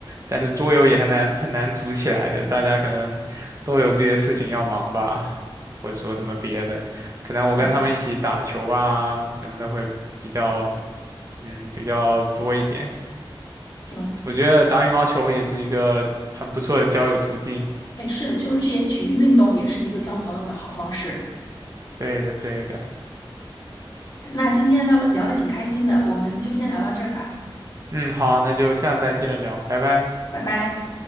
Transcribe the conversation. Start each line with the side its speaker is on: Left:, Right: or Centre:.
Right: 但是桌游也很难很难组起来的，大家可能都有自己的事情要忙吧，或者说什么别的。可能我跟他们一起打球啊什么的会比较
Left: 对，
Right: 嗯比较多一点。
Left: 行，
Right: 我觉得打羽毛球也是一个很不错的交友途径。
Left: 哎，是的，就是这些体育运动也是一个交朋友的好方式。
Right: 对的，对的。
Left: 那今天聊的聊的挺开心的，我们就先聊到这儿吧，
Right: 嗯，好，那就下次再见聊，拜拜。
Left: 拜拜。